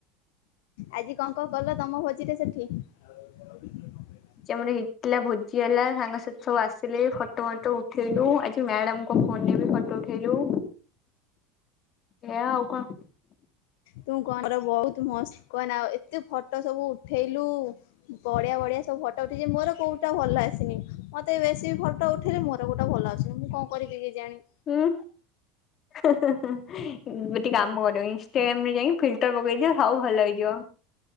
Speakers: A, on the left; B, on the left.
A: ଆଜି କଣ କଣ କଲ ତମ ଭୋଜି ରେ ସେଠି? <inaudible>
B: <inaudible> ଭୋଜି ହେଲା ସାଙ୍ଗସାଥି ସବୁ ଆସିଲେ ଫୋଟ ଫଟ ପଟ ଉଠେଇଲୁ ଆଜି ମ୍ୟାଡମ ଙ୍କ ଫୋନ ରେ ବି ଫଟୋ ଉଠେଇଲୁ, ଏଇୟା ଆଉ କଣ?
A: ତୁ କହ <unintelligible> ବହୁତ୍ ମସ୍ତ କହନା ଆଉ ଏତେ ଫ ଫଟୋ ସବୁ ଉଠେଇଲୁ ବଢିଆ ବଢିଆ ସବୁ ଫଟୋ ଉଠେଇଛି ମୋର କୋଉଟା ଭଲ ଆସିନି ମତେ ମତେ ବେଶୀ ଫଟୋ ଉଠେଇଲେ ମୋର କୋଉଟା ଭଲ ଆସୁନି ମୁଁ କଣ କରିବି କେଜାଣି,
B: ହୁଁ ଗୋଟେ କାମ କର ଇନଷ୍ଟାଗ୍ରାମ ରେ ଯାଇି ଫିଲ୍ଟର ପକେଇଦିଅ ସବୁ ଭଲ ହେଇଯିବ।